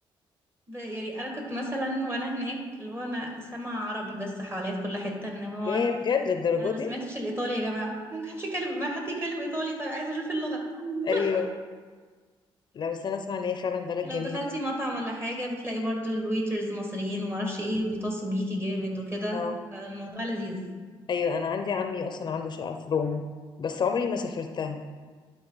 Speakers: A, on the right; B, on the left.
A: ب- يعني انا كنت مثلا وانا هناك اللي هو انا سامع عربي بس حواليا في كل حته ان هو
B: يا بجد للدرجة
A: انا ما
B: دي؟
A: سمعتش الايطالي يا جماعه ممكن حدش يكلم ما حد يكلم ايطالي طيب عايزه اشوف اللغه <laughs>
B: أيوه لا بس أنا أسمع إن هي فعلا بلد
A: ولو
B: جميلة
A: دخلتي مطعم ولا حاجه بتلاقي برضو الويترز مصريين وما اعرفش ايه بيتصوا بيكي جامد وكده
B: اه
A: فالموضوع لذيذ
B: ايوه انا عندي عمي اصلا عنده شقه في روم بس عمري ما سافرتها